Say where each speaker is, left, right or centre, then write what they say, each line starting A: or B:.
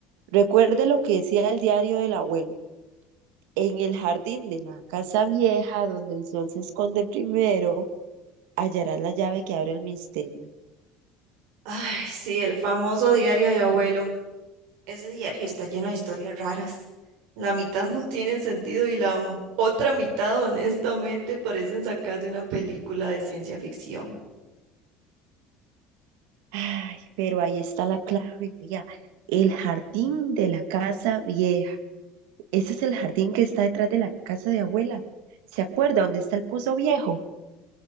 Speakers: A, on the right (about 85°); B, on the right (about 70°).
A: recuerde lo que decía el diario del abuelo. En el jardín de la casa vieja, donde el sol se esconde primero, hallarás la llave que abre el misterio.
B: Ay, sí, el famoso diario de abuelo. Ese diario está lleno de historias raras. La mitad no tiene sentido y la m- otra mitad, honestamente, parecen sacadas de una película de ciencia ficción.
A: Ay, pero ahí está la clave, mira, el jardín de la casa vieja. Ese es el jardín que está detrás de la casa de abuela. ¿Se acuerda dónde está el pozo viejo?